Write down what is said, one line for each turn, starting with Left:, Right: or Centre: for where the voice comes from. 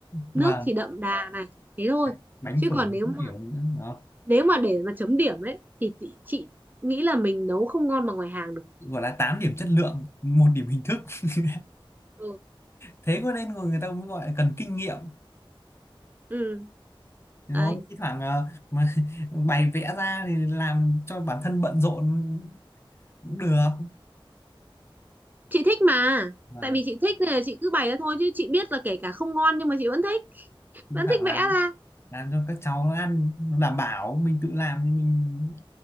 Right: nước
Left: và
Right: thì đậm đà này thế thôi
Left: <laughs> bánh
Right: chứ
Left: phở
Right: còn nếu
Left: các
Right: mà
Left: kiểu nữa đúng không?
Right: nếu mà để mà chấm điểm ấy thì chị, chị nghĩ là mình nấu không ngon bằng ngoài hàng được
Left: gọi là 8 điểm chất lượng một điểm hình thức <laughs>
Right: ừ.
Left: thế có nên người người ta mới gọi là cần kinh nghiệm
Right: ừ
Left: rồi
Right: đấy
Left: thi thoảng ờ, mà <laughs> bày vẽ ra thì làm cho bản thân bận rộn cũng được
Right: chị thích mà
Left: và
Right: tại vì chị thích nên là chị cứ bày ra thôi chứ chị biết là kể cả không ngon nhưng mà chị vẫn thích
Left: thi
Right: vẫn
Left: thoảng
Right: thích
Left: làm
Right: vẽ ra
Left: làm cho các cháu nó ăn nó đảm bảo mình tự làm thì mình